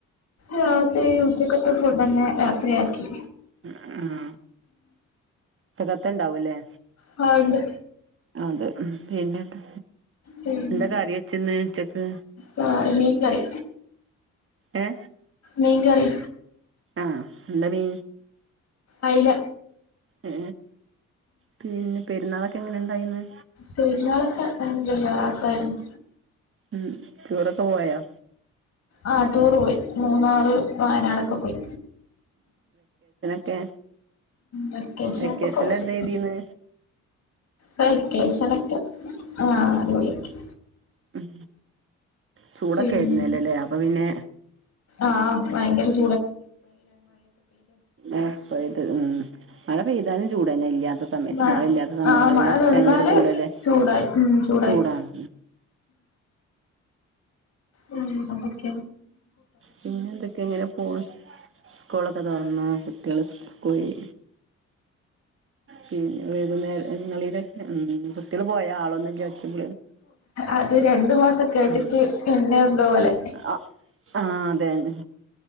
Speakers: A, on the left; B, on the right.
A: രാത്രി ഉച്ചക്കത്തെ ഫുഡ് ന്നെ രാത്രിയാക്കി
B: ആഹ ഉച്ചക്കത്തെ ഉണ്ടാവൂല്ലേ
A: ഹാ ഉണ്ട്
B: അതെ ളം പിന്നെ എന്താ
A: പിന്നെ
B: എന്താ കറി വെച്ചന്ന് ഉച്ചക്ക്
A: വേറെ മീൻ കറി
B: ഏ
A: മീൻ കറി
B: ആഹ എന്താ മീ
A: അയില
B: ഏ പിന്നെ പെരുന്നാളൊെക്കെ എങ്ങനെ ഇണ്ടായിരുന്നു
A: പെരുന്നാളൊക്കെ അൽ ഹംദുലില്ല റാഹത്തിയിരുന്നു
B: ഉം ടൂറൊക്കെ പോയോ
A: ആഹ് ടൂറ് പോയി മൂന്നാറ് വയനാടൊക്കെ പോയി
B: ക്കെ
A: വെക്കേഷനൊക്കെ
B: വെക്കേഷൻല്
A: പൊളിച്ച്
B: എന്താ എയ്തീന്ന്
A: വെക്കേഷനൊക്കെ ആഹ അടിപൊളിയാക്കി
B: ഉം ചൂടൊക്കെ
A: പിന്നെ
B: ആരുന്നല്ലേല്ലേ അപ്പൊ പിന്നെ
A: ആഹ് ഭയങ്കര ചൂ
B: അ പെയ്ത് ആ മഴ പെയ്താലും ചൂടന്നെ ഇല്ല സയത്ത്
A: മഴ
B: മഴയില്ലാത്ത സമയങ്ങളിലൊക്കെ
A: ആഹ് മഴ
B: ഭയങ്കര
A: നിന്നാല്
B: ചൂടല്ലേ
A: ചൂടായി ഉം ചൂടായി
B: ചൂടാണ്
A: ഉം അതൊക്ക
B: പിന്നെന്തൊക്കെ, ഇങ്ങനെ പോണു. സ്കൂളൊക്കെ തുറന്നു കുട്ടികൾ സ്ക്കൂൾക്കോയി. പിന്നെ വൈകുന്നേരങ്ങളിലൊക്കെ, ഉം... കുട്ടികൾ പോയാ ആളൊന്ന് ഇല്ല ഒച്ച <unintelligible>
A: അത് രണ്ടു മാസം കേട്ടിട്ട്
B: ഉം
A: പിന്നെ എന്തോ പോലെ
B: അ.. ആ.. അതെന്നെ